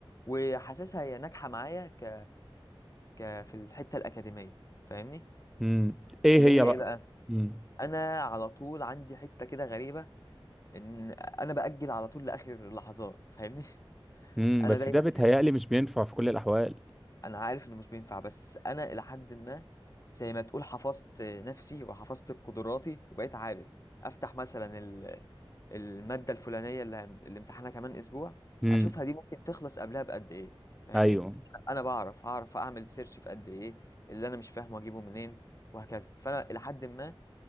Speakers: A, on the left; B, in the centre.
A: وحاسسها هي ناجحه معايا ك ك في الحته الاكاديميه فاهمني
B: امم ايه
A: اللي
B: هي
A: هي
B: بقى
A: ايه بقى
B: امم
A: انا على طول عندي حته كده غريبه ان انا باجل على طول لاخر اللحظات فاهمني
B: امم
A: <laughs> انا
B: بس
A: دايما
B: ده بيتهيألي مش بينفع في كل الاحوال
A: انا عارف انه مش بينفع بس انا الى حد ما زي ما تقول حفظت نفسي وحفظت قدراتي وبقيت عارف افتح مثلا ال- المادة الفلانية اللي هم- اللي امتحانها كمان اسبوع
B: امم
A: اشوفها دي ممكن تخلص قبلها بقد ايه فاهمني
B: ايوه
A: انا بعرف هعرف اعمل سيرش في قد ايه اللي انا مش فاهمه اجيبه منين وهكذا فانا الى حد ما